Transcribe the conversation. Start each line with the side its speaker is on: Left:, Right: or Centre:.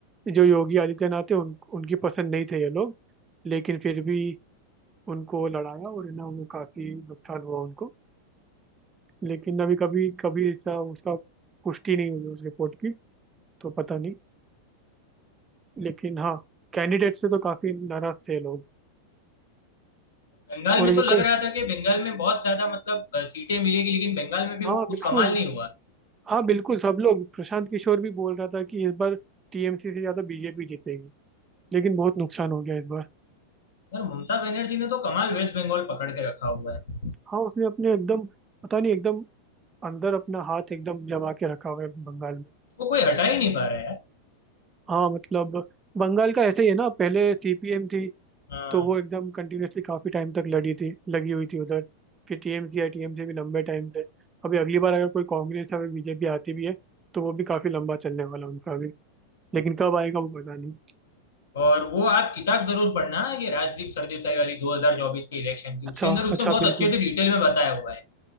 Right: जो योगी आदित्यनाथ है उन, उनकी पसंद नहीं थे ये लोग लेकिन फिर भी उनको लड़ाया और है ना उनको काफी नुकसान हुआ उनको लेकिन अभी कभी कभी ऐसा उसका पुष्टि नहीं हुई उस रिपोर्ट की तो पता नहीं लेकिन हाँ कैंडिडेट से तो काफी नाराज थे लोग
Left: बंगाल
Right: और
Left: में
Right: एक
Left: तो लग रहा था कि बंगाल में बहुत ज्यादा मतलब अ, सीटें मिलेगी लेकिन बंगाल में भी
Right: हाँ
Left: वो कुछ
Right: बिल्कुल
Left: कमाल नहीं हुआ
Right: हाँ बिल्कुल सब लोग प्रशांत किशोर भी बोल रहा था कि इस बार टीएमसी से ज्यादा बीजेपी जीतेगी लेकिन बहुत नुकसान हो गया इस बार
Left: यार ममता बनर्जी ने तो कमाल वेस्ट बंगाल पकड़ के रखा हुआ है
Right: हाँ उसने अपने एकदम पता नहीं एकदम अंदर अपना हाथ एकदम जमा के रखा हुआ है बंगाल में
Left: वो कोई हटा ही नहीं पा रहा है यार
Right: हाँ मतलब बंगाल का ऐसे ही है ना पहले सीपीएम थी
Left: हाँ,
Right: तो वो एकदम कंटिन्यूअसली काफी टाइम तक लड़ी थी लगी हुई थी उधर फिर टीएमसी या टीएमसी भी लंबे टाइम से अभी अगली बार अगर कोई कांग्रेस या फिर बीजेपी आती भी है तो वो भी काफी लंबा चलने वाला उनका भी लेकिन कब आएगा वो पता नहीं
Left: और वो आप किताब जरूर पढ़ना ये राजदीप सरदेसाई वाली 2024 के इलेक्शन की
Right: अच्छा
Left: उसके अंदर उसने
Right: अच्छा
Left: बहुत
Right: बिल्कुल
Left: अच्छे से डिटेल में बताया हुआ है